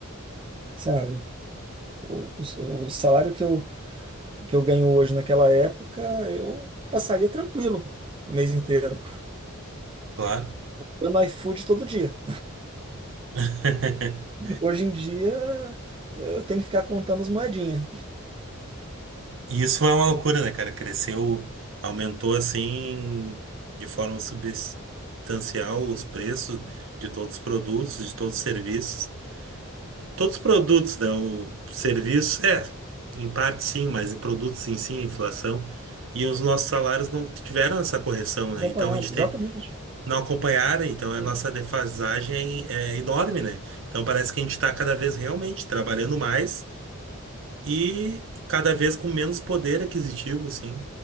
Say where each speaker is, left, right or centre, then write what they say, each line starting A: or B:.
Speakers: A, on the right; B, on the right.
A: sabe? O, o- o salário que eu, que eu ganho hoje naquela época, eu passaria tranquilo o mês inteiro.
B: Claro.
A: Eu no iFood todo dia.
B: <laughs>
A: Hoje em dia, eu tenho que ficar contando as moedinhas.
B: E isso foi uma loucura, né, cara? Cresceu, aumentou assim de forma substancial os preços de todos os produtos, de todos os serviços. Todos os produtos, né? O serviço, é, em parte sim, mas em produtos sim sim a inflação. E os nossos salários não tiveram essa correção, né?
A: Acompanhado,
B: Então a gente
A: exatamente.
B: te- não acompanharam, então a
A: <laughs>
B: nossa defasagem é, é enorme, né? Então parece que a gente está cada vez realmente trabalhando mais e cada vez com menos poder aquisitivo, assim.